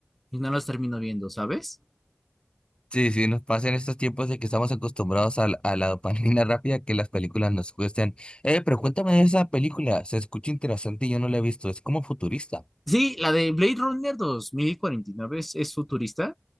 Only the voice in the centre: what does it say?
y no las termino viendo, ¿sabes?
Sí, la de Blade Runner 2049 es, es futurista,